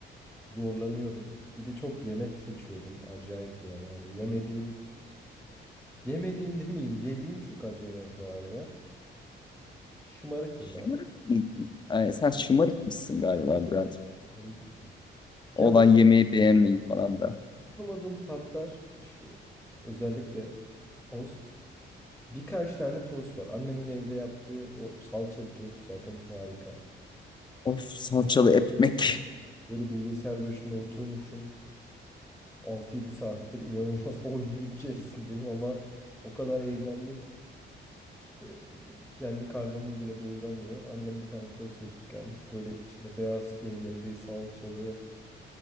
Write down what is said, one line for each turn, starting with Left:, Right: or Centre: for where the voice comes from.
Centre: zorlanıyordum. Bir de çok yemek seçiyordum. Acayip yani. Hani yemediğim, yemediğim demeyeyim, yediğim çok az yemek vardı. Şımarıktım
Left: Şımarık
Centre: galiba.
Left: mıydın? Ay, sen şımarık mısın galiba biraz?
Centre: Şımarıkmışım.
Left: Olan
Centre: Ya
Left: yemeği beğenmeyi falan da.
Centre: Yapamadığım tatlar işte özellikle tost. Birkaç tane tost var. Annemin evde yaptığı o salçalı tost zaten harika.
Left: Of salçalı ekmek.
Centre: Böyle bilgisayar başında oturmuşum. altı yedi saattir inanılmaz <laughs> oyunun içerisindeyim ama o kadar heyecanlı ki işte e, kendi karnımı bile doyuramıyorum. Annem bir tane tost yapıp gelmiş. Böyle içinde beyaz peynirli, salçalı,